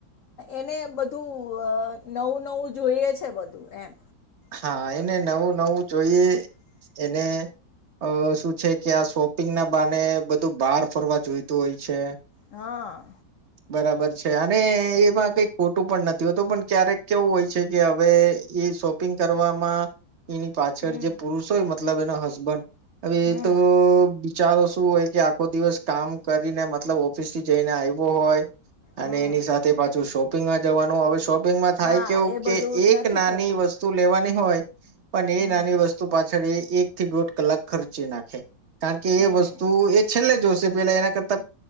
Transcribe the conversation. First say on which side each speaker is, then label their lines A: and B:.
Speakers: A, on the left; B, on the right.
A: એને બધું અહ નવું-નવું જોઈએ એ છે બધું એમ.
B: હા એને નવું-નવું જોઈએ. એને અહ શું છે કે આ શોપિંગ ના બહાને બધું બહાર ફરવા જોઈતું હોય છે.
A: હા.
B: બરાબર અને એમાં કંઈ ખોટું પણ નથી હોતું, પણ ક્યારેક કેવું હોય છે કે હવે એ શો પિંગ કરવામાં એની પાછળ
A: હમ
B: જે પુરુષ હોય મતલબ એનો હસબન્ડ અવે
A: હમ
B: તો બી ચારો શું હોય કે આખો દિવસ કામ કરીને મતલબ ઓફિસ થી જઈને આવો હોય અને
A: હમ
B: એની સાથે પાછું શોપિંગમાં જવાનું હવે શોપ પિંગમાં થાય
A: હા
B: કેવું
A: એ બધું
B: કે એક
A: નથી
B: નાની
A: થતું
B: વસ્તુ લેવાની હોય પણ
A: હમ
B: એ નાની વસ્તુ પાછળ એક થી દોઢ કલાક ખર્ચી નાખે. કારણ કે
A: હમ
B: એ વસ્તુ એ છેલ્લે જોશે પેલા એના કરતા